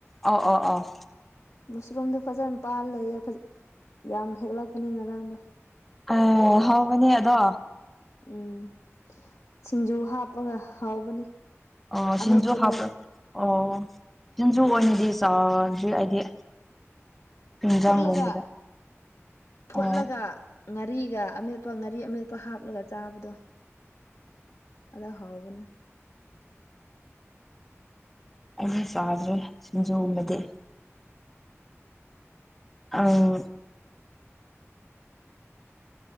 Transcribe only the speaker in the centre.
ꯑꯧ ꯑꯧ ꯑꯧ
<unintelligible> ꯍꯥꯎꯕꯅꯤ ꯑꯗꯣ꯫
ꯑꯣ
ꯁꯤꯡꯖꯨ ꯍꯥꯞꯔ ꯑꯣ ꯁꯤꯡꯖꯨ ꯑꯣꯏꯅꯗꯤ ꯆꯥꯗ꯭ꯔꯤ ꯑꯩꯗꯤ꯫ ꯏꯟꯖꯥꯡꯒꯨꯝꯕꯗ
ꯑꯣ
ꯑꯩꯗꯤ ꯆꯥꯗ꯭ꯔꯦ ꯁꯤꯡꯖꯨꯒꯨꯝꯕꯗꯤ꯫ ꯑꯧꯡ